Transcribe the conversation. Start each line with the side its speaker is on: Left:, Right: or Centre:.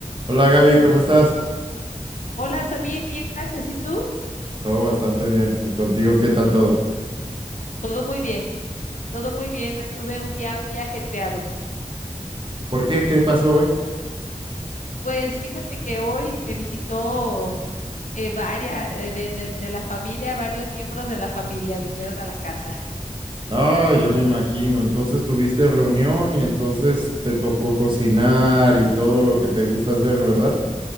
Right: Hola Gaby, ¿cómo estás?
Left: Hola Samir, bien, gracias. ¿Y tú?
Right: Todo bastante bien. ¿Y contigo qué tal todo?
Left: Todo muy bien, todo muy bien. Hoy tuve un día muy ajetreado.
Right: ¿Por qué? ¿Qué pasó hoy?
Left: Pues fíjate que hoy me visitó eh, varias eh, de, de- de la familia, varios miembros de la familia vinieron a la casa.
Right: Ah, ya me imagino. Entonces tuviste reunión y entonces te tocó cocinar y todo lo que te gusta hacer, ¿verdad?